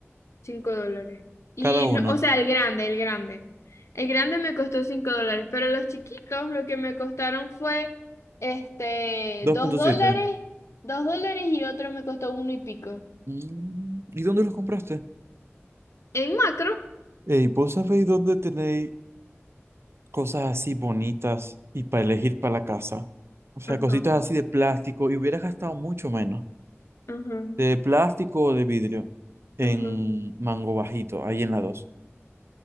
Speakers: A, on the left (about 75°); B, on the right (about 60°).
A: Cinco dólares. Y
B: Cada uno.
A: no, o sea, el grande, el grande. El grande me costó cinco dólares, pero los chiquitos lo que me costaron fue este
B: 2.7.
A: dos dólares, dos dólares y otro me costó uno y pico.
B: Mm, ¿Y dónde los compraste?
A: En macro.
B: Ey, ¿vos sabéis dónde tenéis cosas así bonitas y para elegir para la casa. O sea,
A: Ajá,
B: cositas así de plástico y hubieras gastado mucho menos
A: ajá,
B: de plástico o de vidrio en
A: ajá.
B: Mango Bajito, ahí en la dos,